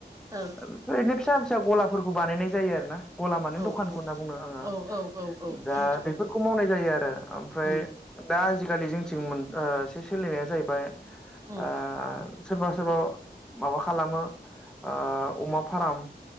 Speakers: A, on the right; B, in the centre.
A: ओं
B: आमफाय आदि फिसा फिसा गलाफोरखौ बानायनाय जायो आरो ना । गलामानि
A: औ
B: दखानखौ होनना बुङो आङो ।
A: औ औ औ औ
B: दा
A: मिथिगौ
B: बेफोरखौ
A: उम
B: मावनाय जायो आरो ओमफ्राय
A: उम
B: दा गालिया जोंथिं सोलिनाया जाहैबाय।
A: उम
B: आ सोरबा सोरबा माबा खालामो ओ अमा फाराम